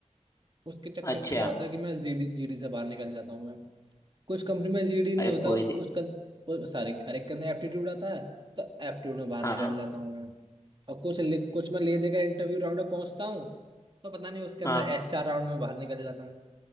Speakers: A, on the right; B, on the left.
A: उसके चक्कर
B: अच्छा
A: में क्या होता है कि मैं जीडी जीडी से बाहर निकल जाता हूँ मैं कुछ कंपनी में जीडी नहीं
B: अरे
A: होता
B: कोई
A: उस,
B: दे
A: उसका सॉरी अरे के अंदर एप्टीट्यूड आता है तो एप्टीट्यूड में बाहर
B: हाँ
A: निकल जाता हूँ मैं और कुछ लिख कुछ मैं ले देकर इंटरव्यू राउंड में पहुंचता हूँ तो पता नहीं उसके अंदर
B: हाँ
A: एचआर राउंड में बाहर निकल जाता हूँ